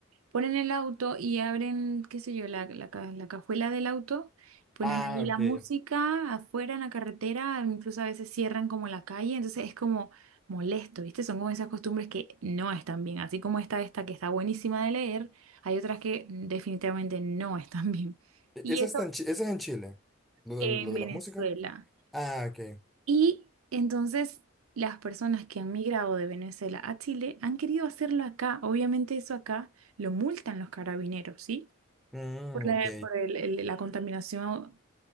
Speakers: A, on the right (about 80°); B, in the centre.
A: ponen el auto y abren, qué sé yo, la, la, ca- la cajuela del auto, ponen
B: Ah,
A: ahí la
B: ok.
A: música
B: E-
A: afuera en la carretera, incluso a veces cierran como la calle, entonces es como molesto, ¿viste? Son como esas costumbres que no están bien, así como está esta que está buenísima de leer, hay otras que definitivamente no están bien.
B: Esa
A: Y esto
B: está en Chi- esa es en Chile. Lo de,
A: en
B: lo de
A: Venezuela.
B: la música. Ah, ok.
A: Y entonces... Las personas que han migrado de Venezuela a Chile han querido hacerlo acá. Obviamente eso acá lo multan los carabineros, ¿sí?
B: Mm,
A: por la,
B: ok.
A: por el- el- la contaminación